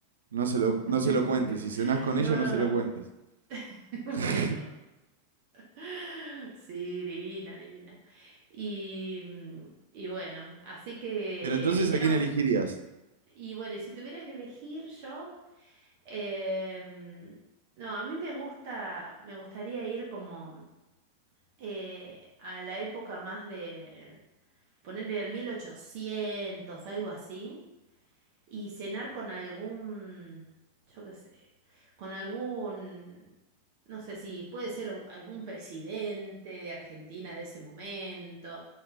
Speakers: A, on the right; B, on the right.
A: no se lo, no
B: <laughs>
A: se lo cuentes. Si cenás con
B: No,
A: ella, no
B: no,
A: se
B: no.
A: lo cuentes.
B: <laughs> Bueno.
A: <laughs>
B: <laughs> Sí, divina, divina. Y, mm, y bueno, así que,
A: Pero entonces,
B: ¿viste?
A: ¿a quién
B: No.
A: elegirías?
B: Y bueno, y si tuviera que elegir yo... Em, no, a mí me gusta, me gustaría ir como eh, a la época más de ponerle el 1800 algo así, y cenar con algún, yo qué sé, con algún, no sé si puede ser algún presidente de Argentina de ese momento,